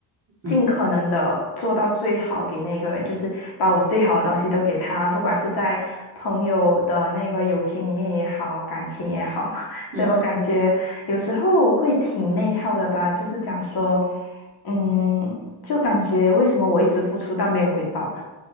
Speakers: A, on the right (about 35°); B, on the left (about 55°).
A: 嗯
B: 尽可能的做到最好给那个人，就是把我最好的东西都给他，不管是在朋友的那个友情里面也好，感情也好，<laughs>
A: 嗯嗯哼
B: 所以我感觉有时候会挺内耗的吧，就是讲说。嗯，就感觉为什么我一直付出但没有回报？